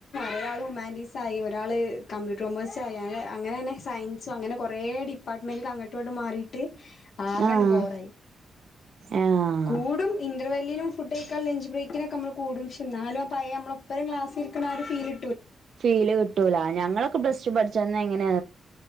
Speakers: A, on the left; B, on the right.
A: ഒരാള് ഹുമാന്റിസ്സായി ഒരാള് കമ്പ്യൂട്ടർ കോമേഴ്‌സായി അങ്ങനെ സയൻസും അങ്ങനെ കൊറേ ഡിപ്പാർട്ട്മെന്റ്ക്ക്‌ അങ്ങട്ടും ഇങ്ങട്ടും മാറിട്ട് ആകാണ്ട്
B: ആഹ്
A: ബോറായി
B: ആഹ്
A: കൂടും ഇൻഡ്രവല്ലിനും ഫുഡ് ഒക്ക ലന്ജ് ബ്രേക്കിനൊക്കെ നമ്മള് കൂടും ഷേ എന്നാലും പയെ നമ്മളെ ഒപ്പം ക്ലാസ്സിരിക്ണ ആ ഒരു ഫീല്
B: ഫീല് കിട്ടൂല ഞങ്ങളൊക്കെ പ്രസ്റ്റു പഠിചെന്ന് എങ്ങനെ